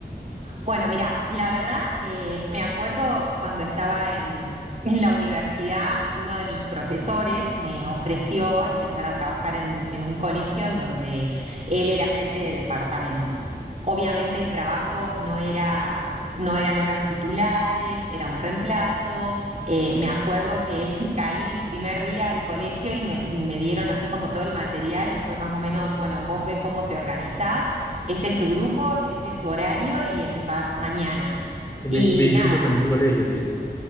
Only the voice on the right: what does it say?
Bueno, mira, la verdad, eh, me acuerdo cuando estaba en, en la universidad, uno de mis profesores me ofreció empezar a trabajar en, en un colegio en donde él era jefe de departamento. Obviamente el trabajo no era, no eran horas titulares, era un reemplazo. Eh, me acuerdo que <laughs> caí el primer día al colegio y me, me dieron así como todo el material y fue más o menos, bueno, vos ve cómo te organizás este es tu grupo, este es tu horario y empezás mañana.
Y
nada,